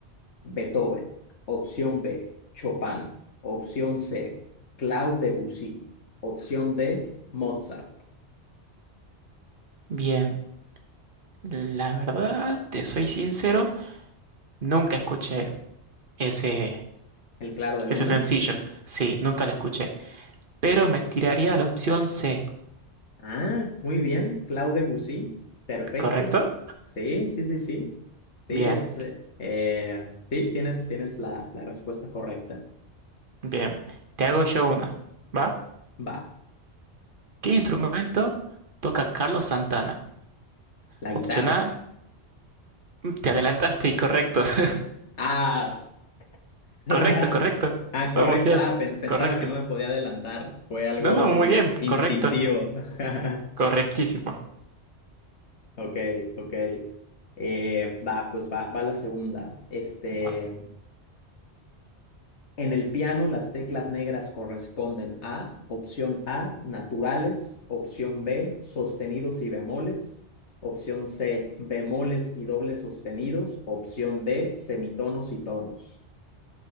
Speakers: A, on the left (about 85°); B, on the right (about 50°).
A: Beethoven. Opción B, Chopin. Opción C, Claude Debussy. Opción D, Mozart.
B: Bien, la verdad, te soy sincero, nunca escuché ese,
A: ¿El Claro de Luna?
B: ese sencillo. Sí, nunca lo escuché. Pero me tiraría a la opción C,
A: Ah, muy bien, Claude Debussy. Perfecto.
B: ¿correcto?
A: Sí, sí, sí, sí. Sí,
B: Bien,
A: es, eh, sí, tienes, tienes la, la respuesta correcta.
B: bien. Te hago yo una. ¿Va?
A: Va.
B: ¿Qué instrumento toca Carlos Santana?
A: La
B: Opción
A: guitarra.
B: A, mm, te adelantaste y correcto. <laughs>
A: Ah, <laughs>
B: Correcto, correcto.
A: ah,
B: Vamos
A: correcto.
B: bien,
A: Ah, pen- pensaba
B: correcto.
A: que no me podía adelantar. Fue algo
B: No, no, muy
A: como
B: bien,
A: instintivo.
B: correcto.
A: <laughs>
B: Correctísimo.
A: Ok, ok. Eh, va, pues va, va la segunda. Este,
B: No.
A: en el piano las teclas negras corresponden a opción A, naturales, opción B, sostenidos y bemoles, opción C, bemoles y dobles sostenidos, opción D, semitonos y tonos.